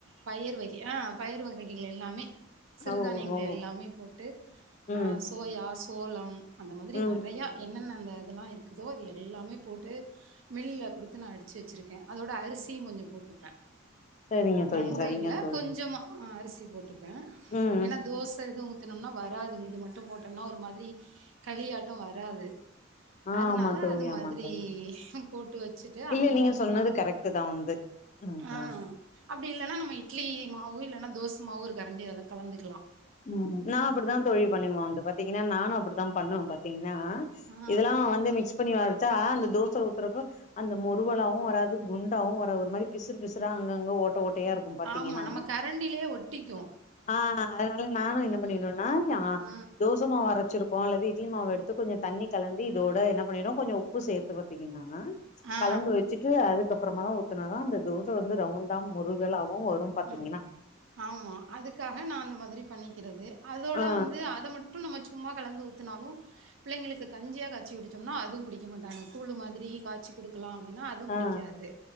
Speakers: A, on the right; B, on the left.
A: பயிர் வகை அ பயிர் வகைகள் எல்லாமே சிறுதானியங்கள்
B: ஓஹோ
A: எல்லாமே போட்டு
B: ம் ம்
A: சோயா
B: ம்
A: சோளம் அந்த மாதிரி
B: ம்
A: நறையா
B: ம்
A: என்னென்ன
B: ம்
A: அந்த இது எல்லா இருக்குதோ அது எல்லாமே போட்டு மில்லுலகுடுத்து நா அடிச்சு வச்சிருக்கே அதோட அரிசியு கொஞ்சோ போட்டுப்பே
B: சரிங்க தோழி
A: ரொம்ப
B: சரிங்க
A: இல்ல
B: தோழி
A: கொஞ்சமா அரிசி போட்டுப்பே
B: ம்
A: ஏன்னா
B: ம்
A: தோச
B: ம்
A: எதுவு ஊத் த்துன்னா வராது இது மட்டு போட்டோம்னா ஒரு மாதிரி கலியாட்டோ வராது
B: அ அ
A: அதனால
B: ஆமா தோழி
A: அது
B: ஆமா
A: மாதிரி
B: தோழி
A: போட்டு வச்சுட்டு
B: இல்ல
A: அந்த
B: நீங்க
A: மாதிரிதா
B: சொன்னது கரெக்ட்டு தா வந்து ம்
A: ஆ
B: ம்
A: அப்டி இல்லன்னா நம்ம இட்லி மாவு இல்லன்னா தோச மாவு ஒருகரண்டி அதுல்லா கலந்துக்லா
B: ம் நா அப்டிதா தோழிபண்ணுவே அந்த பத பாத்திங்ன்னா நானு அப்டித்தா பண்ணுவே பாத்திங்ன்னா
A: ஆ
B: இதெல்லா வந்து மிக்ஸ் பண்ணி அரச்சா அந்த தோச சுட்ரப்ப அந்த மொருவலாவவு வராது குண்டாவு ஒரு மாரி பிசு பிசுா அங்கங்க ஓட் ஓட்டையா இருக்கு பாத்திங்கன்னா
A: ஆமா நம்ம கரண்டிலயே ஒட்டிக்கு
B: அ அதனால நானு என்ன பண்ணிருவனா
A: ஆ
B: தோச உளுத்த மாவு அரச்சிருப்போ அல்லது இட்லி மாவு எடுத்து கொஞ்சோ தண்ணி கலந்து இதோட என்ன பண்ணிடுவோ கொஞ்சோ உப்பு சேத்து பாத்திங்கன்னா
A: ஆ
B: கலந்து வச்சுட்டு அதுக்கப்றமாதா ஊத்துனதா அந்த தோச தோசவந்து ரவுண்டா மொருகலாவு வரு பாத்திங்கன்னா
A: ம் ஆமா அதுக்காக நா அந்த மாதிரி பண்ணிக்கிறது அதோட
B: ஆ
A: வந்து அதை மட் டு நம்ம சும்மா கலந்து ஊத்துனாலு பிள்ளைகளுக்கு கஞ்சியா காச்சி குடிச்சோம்னா அதுவு குடிக்க மாட்டாங்க கூழு மாதிரி காட்சி குடுக்கலா அப்டின்னா அது புடிக்காது
B: ஆ